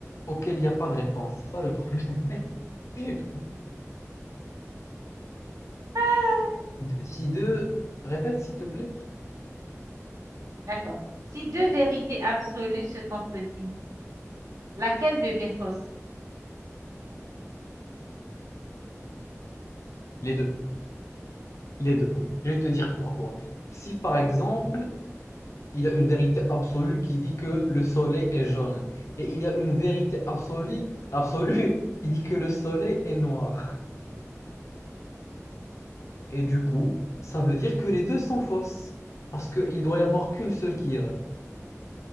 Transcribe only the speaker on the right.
Ah!
D'accord. Si deux vérités absolues se contredisent, laquelle devient fausse?